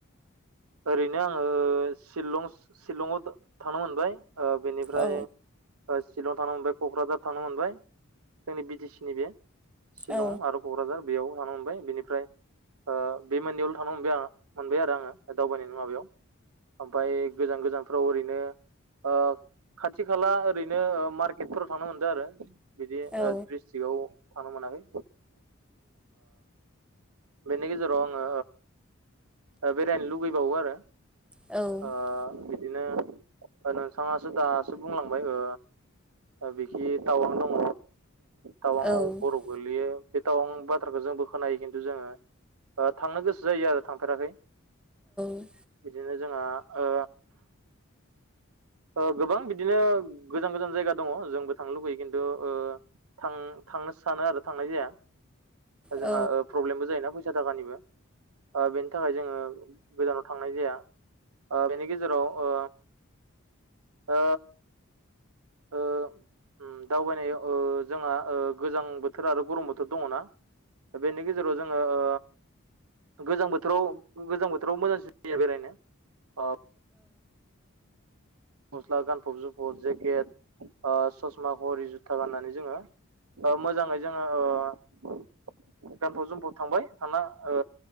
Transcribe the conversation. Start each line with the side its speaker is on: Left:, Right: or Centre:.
Right: ओरैनो आङो सिलं सिलङाव थांनो मोनबाय ओ बेनिफ्राय
Centre: औ
Right: ओ शिलंआव थांनो मोनबाय क'क्राझार थांनो मोनबाय जोंनि बि टि सि निनो सिलं
Centre: औ
Right: आरो क'क्राझार। बेयाव थांनो मोनबाय बेनिफ्राय ओ बे मोननैयावल' थांनो मोनबाय आं मोनबाय आरो आङो दावबायनायनि माबायाव। ओमफ्राय गोजान गोजानफ्राव ओरैनो ओ खाथि खाला ओरैनो मार्केटफोराव थांनो मोनदो आरो। बिदि
Centre: औ
Right: डिस्ट्रिकआव थांनो मोनाखै। बेनि गेजेराव आङो ओ बेरायनो लुबैबावो आरो।
Centre: औ
Right: ओ बिदिनो नोंथाङासो दासो बुंलांबाय ओ बिखि टावां दङ। टावाङाव
Centre: औ
Right: बर गोग्लैयो। बे टावां बाथ्राखौ जोंबो खोनायो खिन्थु जोङो थांनो गोसो जायो आरो थांफेराखै।
Centre: औ
Right: बिदिनो जोंहा ओ ओ गोबां बिदिनो गोजान गोजान जायगा दङ जोंबो थांनो लुबैयो खिन्थु ओ थां थांनो सानो आरो थांनाय जाया। जोंहा
Centre: औ
Right: ओ प्रब्लेमबो जायोना फैसा थाखानिबो बेनि थाखाय जोङो गोजानाव थांनाय जाया ओ बेनि गेजेराव ओ ओ ओ उम दावबायनायाव ओ जोङो ओ गोजां बोथोर आरो गरम बोथोर दङना? दा बेनि गेजेराव जोङो ओ गोजां बोथोराव गोजां बोथोराव मोजांसिन जायो बेरायनो। अ। गस्ला गानफब जोमफब जेकेट ससमा घरि जुथा गाननानै जोङो मोजाङै जोङो ओ गानफब जोमफब थांबाय थांना ओ